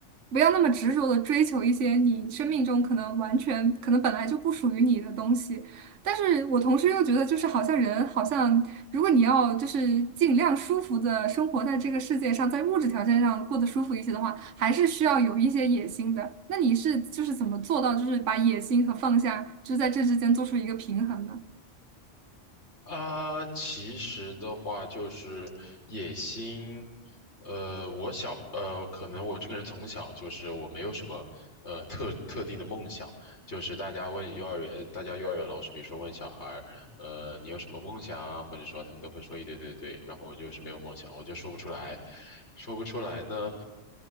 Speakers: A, on the right; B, on the left.
A: 不要那么执着的追求一些你生命中可能完全可能本来就不属于你的东西。但是我同时又觉得，就是好像人好像，如果你要就是尽量舒服的生活在这个世界上，在物质条件上过得舒服一些的话，还是需要有一些野心的。那你是就是怎么做到，就是把野心和放下，就是在这之间做出一个平衡呢？
B: 啊，其实的话就是野心，呃，我小，呃，可能我这个人从小就是我没有什么，呃，特特定的梦想，就是大家问幼儿园，呃大家幼儿园老师，比如说问小孩儿，呃，你有什么梦想啊？或者说他们都会说一堆对对，然后我就是没有梦想，我就说不出来，说不出来呢。